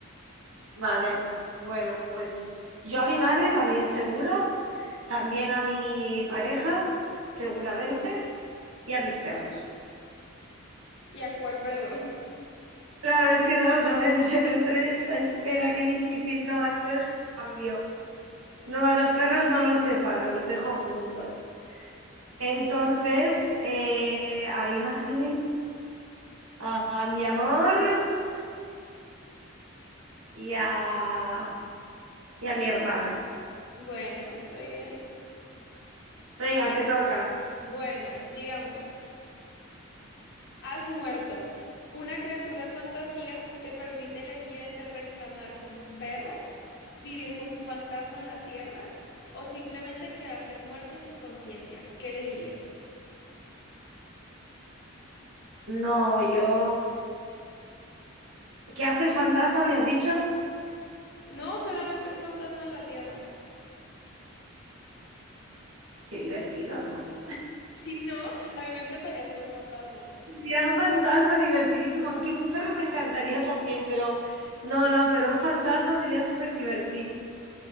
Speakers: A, on the right; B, on the left.
A: Vale, bueno, pues yo a mi madre también seguro, también a mi pareja seguramente y a mis perros.
B: ¿Y a cuál perro? <laughs>
A: Claro, es que solo suelen ser tres, espera, qué difícil, no, entonces cambio. No, a los perros no los separo, los dejo juntos. Entonces, eh, a mi madre, a, a mi amor y a, y a mi hermana.
B: Bueno, está bien.
A: Venga, te toca.
B: Bueno, digamos, has muerto. Una criatura de fantasía te permite elegir entre reencarnar como un perro, vivir como un fantasma en la tierra o simplemente quedarte muerto sin conciencia. ¿Qué elegirías?
A: No, yo... ¿Qué hace el fantasma? ¿Me has dicho?
B: No, solamente un fantasma en la tierra.
A: Qué divertido, ¿no?
B: Sí, ¿no? A mí me encantaría ser un fantasma.
A: Ya un fantasma divertidísimo, aunque un perro me encantaría también, pero no, no, pero un fantasma sería súper divertido